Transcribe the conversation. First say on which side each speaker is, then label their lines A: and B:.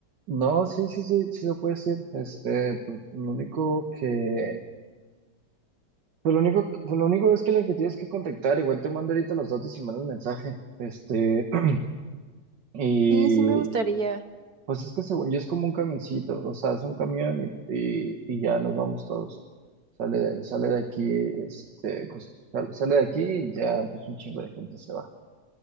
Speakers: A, on the right (about 80°); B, on the right (about 60°).
A: no sí sí sí sí se puede decir este pues, lo único que pues lo único pues, lo único es que la que tienes que contactar igual te mando ahorita los datos y mando un mensaje este <clears throat> y
B: Sí, sí me gustaría,
A: Pues es que según yo es como un camioncito, o sea, es un camión y, y- y ya nos vamos todos. Sale, de- sale de aquí, este, pues sale, sale de aquí y ya pues un chingo de gente se va.